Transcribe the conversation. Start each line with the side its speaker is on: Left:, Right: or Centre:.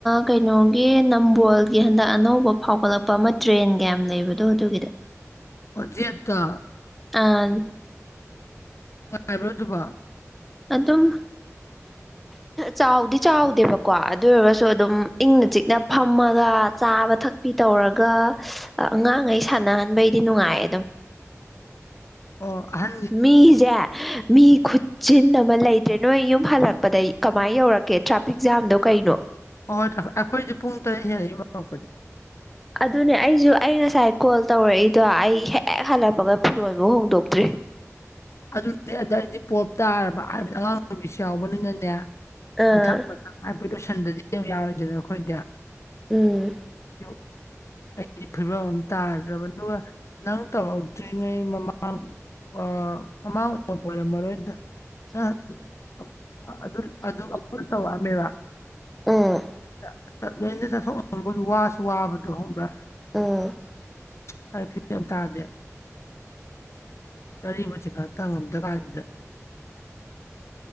Centre: ꯀꯩꯅꯣꯒꯤ ꯅꯝꯕꯣꯜꯒꯤ ꯍꯟꯗꯛ ꯑꯅꯧꯕ ꯐꯥꯎꯒꯠꯂꯛꯄ ꯑꯃ ꯇ꯭ꯔꯦꯟꯒ ꯌꯥꯝ ꯂꯩꯕꯗꯣ ꯑꯗꯨꯒꯤꯗ
Left: ꯑꯣ ꯖꯦꯠ ꯇꯣ
Centre: ꯑꯥꯟ
Left: ꯅꯨꯡꯉꯥꯏꯕ꯭ꯔꯣ ꯑꯗꯨꯕꯣ
Centre: ꯑꯗꯨꯝ
Left: <inaudible>
Centre: ꯆꯥꯎꯗꯤ ꯆꯥꯎꯗꯦꯕꯀꯣ ꯑꯗꯨ ꯑꯣꯏꯔꯒꯁꯨ ꯑꯗꯨꯝ ꯏꯪꯅ ꯆꯤꯛꯅ ꯐꯝꯃꯒ ꯆꯥꯕ ꯊꯛ ꯄꯤ ꯇꯧꯔꯒ ꯑꯉꯥꯡꯈꯩ ꯁꯥꯟꯅꯍꯟꯕꯩꯗꯤ ꯅꯨꯡꯉꯥꯏꯌꯦ ꯑꯗꯨꯝ
Left: ꯑꯣ ꯑꯍꯟ
Centre: ꯃꯤꯖꯦ ꯃꯤ ꯈꯨꯆꯤꯟ ꯑꯃ ꯂꯩꯇ꯭ꯔꯦ ꯅꯣꯏ ꯌꯨꯝ ꯍꯜꯂꯛꯄꯗꯩ ꯀꯝꯃꯥꯏ ꯌꯧꯔꯛꯀꯦ ꯇ꯭ꯔꯥꯐꯤꯛ ꯖꯥꯝꯗꯣ ꯀꯩꯅꯣ
Left: ꯍꯣ ꯍꯣꯏ <unintelligible> ꯑꯈꫭꯏꯖꯨ ꯄꯨꯡ ꯇꯔꯦꯠ ꯍꯦꯜꯂꯦ ꯌꯨꯝ ꯌꯧꯔꯛꯄꯗ
Centre: ꯑꯗꯨꯅꯦ ꯑꯩꯖꯨ ꯑꯩ ꯉꯁꯥꯏ ꯀꯣꯜ ꯇꯧꯔꯛꯏꯗꯣ ꯑꯩ ꯍꯦꯛ ꯍꯜꯂꯛꯄꯒ ꯐꯤꯔꯣꯜꯕꫭꯛ ꯍꯣꯡꯗꯣꯛꯇ꯭ꯔꯤ
Left: ꯑꯗꯨꯅꯦ ꯑꯗ ꯑꯩꯗꯤ ꯄꯣꯞ ꯇꯥꯔꯕ ꯍꯥꯏꯕꯗꯤ ꯑꯉꯥꯡ ꯅꯨꯕꯤꯁꯨ ꯌꯥꯎꯕꯅꯤꯅꯅꯦ
Centre: ꯑꯥ
Left: ꯃꯊꯪ ꯃꯊꯪ <unintelligible> ꯂꯣꯏꯁꯟꯗꯗꯤ ꯌꯥꯔꯣꯏꯗꯅ ꯑꯈꯣꯏꯗꯤ
Centre: ꯎꯝ
Left: <inaudible> ꯑꯩꯗꯤ ꯐꯤꯕꯝ ꯑꯃ ꯇꯥꯗ꯭ꯔꯕ ꯑꯗꯨꯒ ꯅꯪ ꯇꯧꯔꯛꯇ꯭ꯔꯤꯉꯩ ꯃꯃꯥꯡ ꯑ ꯃꯃꯥꯡ ꯑꯣꯏꯕꯨ ꯑꯣꯏꯔꯝꯃꯔꯣꯏꯗ <unintelligible> ꯑꯈꫭꯏ ꯇꯧꯔꯛꯑꯝꯃꯦꯕ
Centre: ꯎꯝ
Left: <unintelligible> ꯋꯥꯁꯨ ꯋꯥꯕꯗꯣ ꯈꯪꯕ꯭ꯔ
Centre: ꯎꯝ
Left: <unintelligible> ꯇꯥꯗꯦ <unintelligible> ꯆꯤꯡꯈꯠꯇ ꯉꯝꯗ꯭ꯔ ꯀꯥꯟꯖꯤꯗ